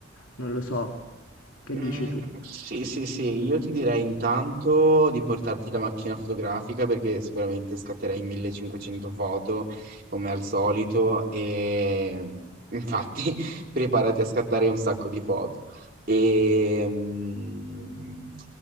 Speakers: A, on the left (about 85°); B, on the right (about 45°).
A: non lo so, che
B: Mm,
A: dici tu?
B: sì, sì, sì, io ti direi intanto di portarti la macchina fotografica perché sicuramente scatterai 1500 foto come al solito e infatti <laughs> preparati a scattare un sacco di foto. E mm,